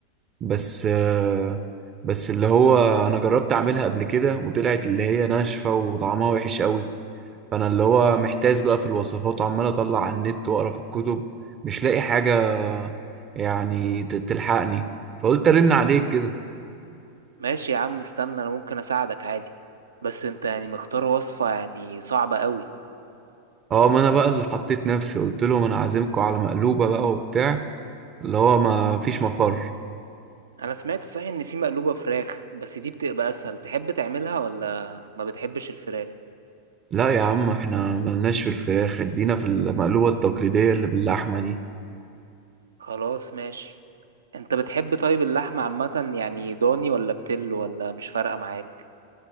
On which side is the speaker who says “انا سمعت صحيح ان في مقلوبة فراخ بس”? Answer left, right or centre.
Right